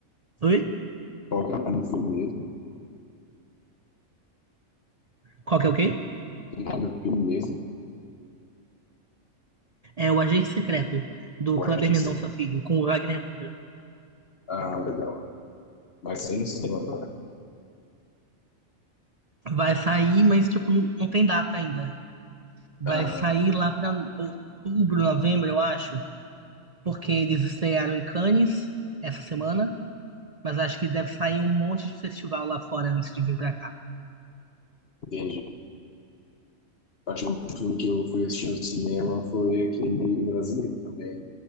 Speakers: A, on the right; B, on the left.
A: Oi?
B: Qual que é o nome do filme mesmo?
A: Qual que é o quê?
B: O nome do filme mesmo?
A: É o Agente Secreto do
B: Ué,
A: Kleber
B: não
A: Mendonça
B: sei.
A: Filho com o Wagner Moura.
B: Ah, legal. Vai sair no cinema agora.
A: Vai sair, mas tipo, não, não tem data ainda. Vai
B: Ah,
A: sair lá pra outubro, novembro, eu acho, porque eles estrearam em Cannes essa semana, mas acho que deve sair um monte de festival lá fora antes de vir pra cá.
B: entendi. acho que o filme que eu fui assistir no cinema foi aquele brasileiro também,